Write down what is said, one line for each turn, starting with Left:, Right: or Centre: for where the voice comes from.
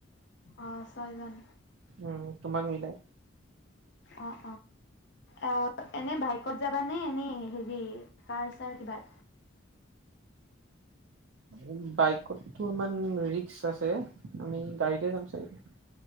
Left: অ ছয়জন
Right: উম, তোমাক মিলাই
Left: অ', আহ এনে ভাই ত যাবা নে, এ হেৰি কাৰ ছাৰ কিবা
Right: উ বাইকতটো ইমান ৰিস্ক আছে আমি গাড়ীতে যাম চাগে,